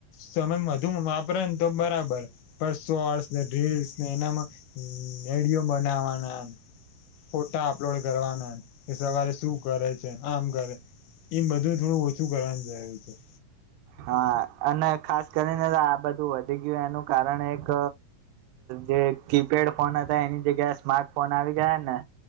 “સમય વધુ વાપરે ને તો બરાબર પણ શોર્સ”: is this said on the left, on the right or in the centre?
Left